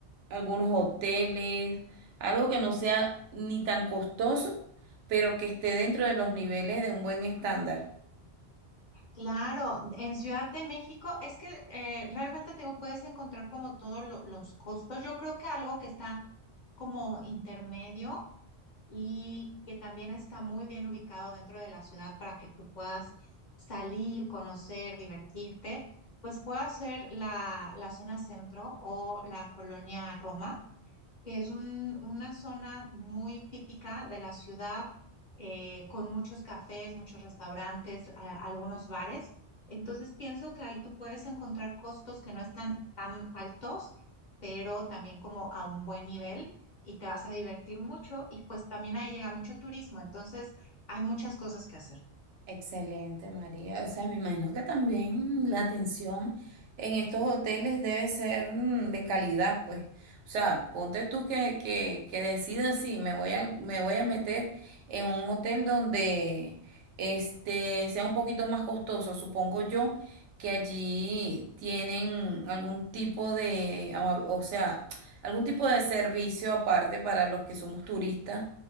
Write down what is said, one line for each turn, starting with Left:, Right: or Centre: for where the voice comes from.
Right: algunos hoteles, algo que no sea ni tan costoso, pero que esté dentro de los niveles de un buen estándar.
Left: claro, en Ciudad de México es que eh, realmente te digo, puedes encontrar como todos lo- los costos. Yo creo que algo que está como intermedio y que también está muy bien ubicado dentro de la ciudad para que tú puedas salir, conocer, divertirte, pues puede ser la, la zona centro o la colonia Roma que es un- una zona muy típica de la ciudad, eh, con muchos cafés, muchos restaurantes, a- algunos bares. Entonces pienso que ahí tú puedes encontrar costos que no están tan altos, pero también como a un buen nivel y te vas a divertir mucho y pues también ahí llega mucho turismo, entonces hay muchas cosas que hacer.
Right: Excelente, María. O sea, me imagino que también la atención en estos hoteles debe ser mm, de calidad, pues. O sea, ponte tú que, que, que decidas si me voy a, me voy a meter en un hotel donde este sea un poquito más costoso. Supongo yo que allí tienen algún tipo de, ama- o sea, algún tipo de servicio aparte para los que somos turistas